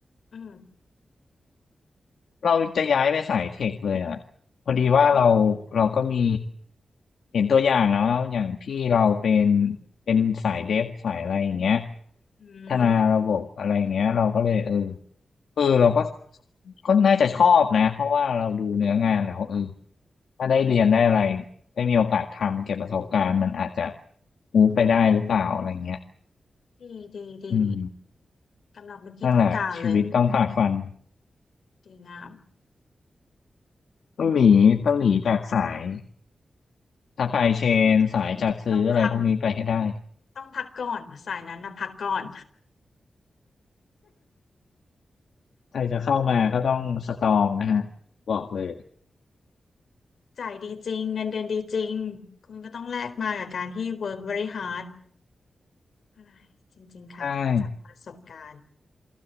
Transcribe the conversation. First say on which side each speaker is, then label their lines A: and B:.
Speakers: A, on the left (about 60°); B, on the left (about 75°).
A: อืม
B: เราจะย้ายไปสายเทคเลยอ่ะพอดีว่าเรา
A: อืม
B: เราก็มีเห็นตัวอย่างแล้วอย่างพี่เราเป็นเป็นสายเดฟสายอะไรอย่างเงี้ย
A: อืม
B: พัฒนาระบบอะไรอย่างเงี้ยเราก็เลยเออ เออเราก็ก็น่าจะชอบนะเพราะว่าเราดูเนื้องานแล้วเออถ้าได้เรียนได้อะไรได้มีโอกาสทำเก็บประสบการณ์มันอาจจะมูฟไปได้หรือเปล่าอะไรเงี้ย
A: ดีดีดี
B: อืม
A: กำลังเป็นที่ต้องการเลย
B: นั่นแหละชีวิตต้องฝ่าฟัน
A: ดีงาม
B: ต้องหนีต้องหนีจากสายซัพพลายเชนสายจัดซื้ออะไรพวกนี้ไปให้ได้
A: ต้องพักต้องพักก่อนสายนั้นนะพักก่อน
B: ใครจะเข้ามาก็ต้องสตรองนะฮะบอกเลย
A: จ่ายดีจริงเงินเดือนดีจริงคุณก็ต้องแลกมากับการที่ work very hard อ่าจริงๆค่ะจากประสบการณ์
B: ใช่